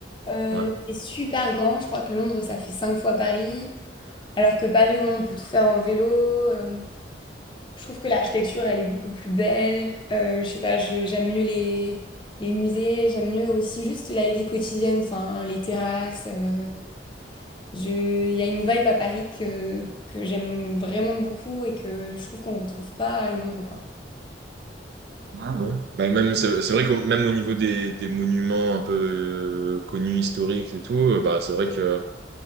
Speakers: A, on the left (about 25°); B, on the right (about 60°).
A: Euh,
B: Ouais.
A: c'est super grand. Je crois que Londres, ça fait cinq fois Paris. Alors que Paris, au moins, on peut tout faire en vélo. Euh, Je trouve que l'architecture, elle est beaucoup plus belle. Euh, je sais pas, je- j'aime mieux les, les musées, j'aime mieux aussi juste la vie quotidienne, enfin, les terrasses. euh, je, il y a une vibe à Paris que, que j'aime vraiment beaucoup et que je trouve qu'on ne retrouve pas à Londres, quoi.
B: Ah ouais. Bah, même, c'est c'est vrai que même au niveau des, des monuments un peu euh, connus, historiques et tout, euh, bah, c'est vrai que